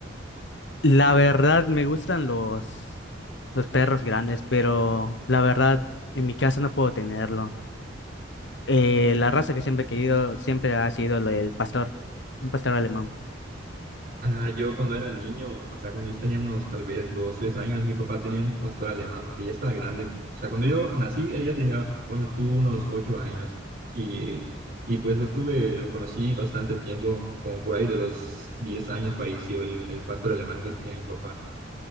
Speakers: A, on the left; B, on the right.
A: La verdad me gustan los los perros grandes, pero la verdad en mi casa no puedo tenerlo. Eh, la raza que siempre he querido siempre ha sido el pastor, un pastor alemán.
B: Ah, yo cuando era niño, o sea, cuando yo tenía unos tal vez dos, tres años, mi papá tenía un pastor alemán que ya estaba grande. O sea, cuando yo nací, ella tenía, ponle tú, unos ocho años. Y, y pues lo tuve, lo conocí bastante tiempo, como por ahí de los diez años falleció el, el pastor alemán que tenía mi papá.